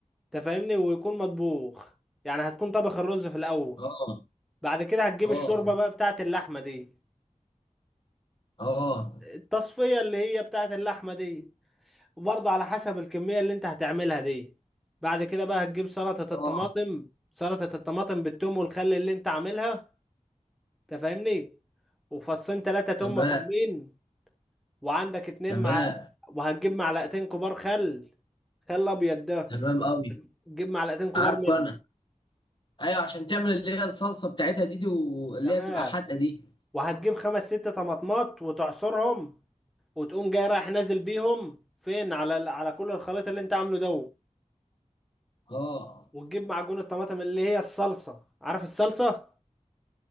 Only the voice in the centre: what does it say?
انت فاهمني ويكون مطبوخ يعني هتكون طبخ الرز في الاول
بعد كده هتجيب
الشوربة بقى بتاعت اللحمة دي
التصفية اللي هي بتاعت اللحمة دي وبرضه على حسب الكمية اللي انت هتعملها دي بعد كده بقى هتجيب سلطة
الطماطم سلطة الطماطم بالثوم والخل اللي انت عاملها تفهمني وفصين ثلاثة توم
مفرومين وعندك اتنين
مع وهتجيب معلقتين كبار خل خل ابيض ده
تجيب معلقتين كبار
منه
تمام
وهتجيب خمس ست طماطمات وتعصرهم وتقوم جاي رايح نازل بيهم فين على ال- على كل الخليط اللي انت عامله ده
وتجيب معجون الطماطم اللي هي الصلصة عارف الصلصة